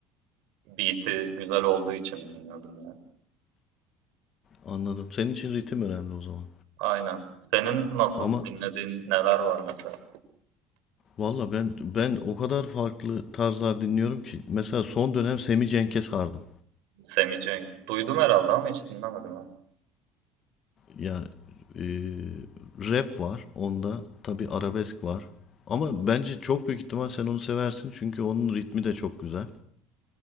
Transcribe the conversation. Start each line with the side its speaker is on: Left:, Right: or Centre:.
Right: beat'i güzel olduğu için dinliyordum yani.
Left: Anladım. Senin için ritim önemli o zaman.
Right: Aynen. Senin nasıl
Left: Ama
Right: dinlediğin neler var mesela?
Left: valla ben ben o kadar farklı tarzlar dinliyorum ki. Mesela son dönem Semi Cenk'e sardım.
Right: Semi Cenk. Duydum herhalde ama hiç dinlemedim ha.
Left: Ya e, rap var onda. Tabii
Right: Hı hı.
Left: arabesk var. Ama bence çok büyük ihtimal sen onu seversin. Çünkü onun ritmi de çok güzel.